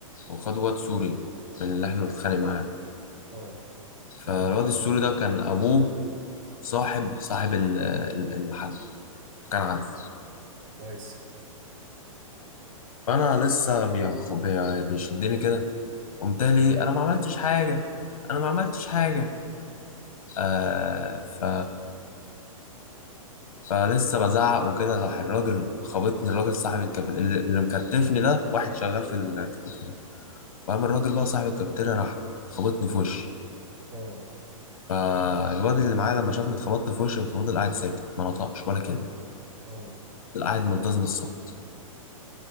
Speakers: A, on the left; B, on the right.
A: وخدوا واد سوري من اللي احنا بنتخانق معاه
B: اه
A: فالواد السوري ده كان ابوه صاحب صاحب ال- ال- المحل فكان عارف
B: كويس
A: فانا لسه بيخ- بي- بيشدني كده قمت لي انا ما عملتش حاجه انا ما عملتش حاجه آه ف فلسه بزعق وكده راح الراجل خبطني الراجل صاحب الكافيتيريا اللي اللي مكتفني ده واحد شغال في الكافيتيريا فقام الراجل بقى صاحب الكافيتيريا راح خبطني في وشي
B: اه
A: فالواد اللي معايا لما شافني اتخبطت في وشي ففضل قاعد ساكت ما نطقش ولا كلمه
B: اه
A: فضل قاعد ملتزم الصمت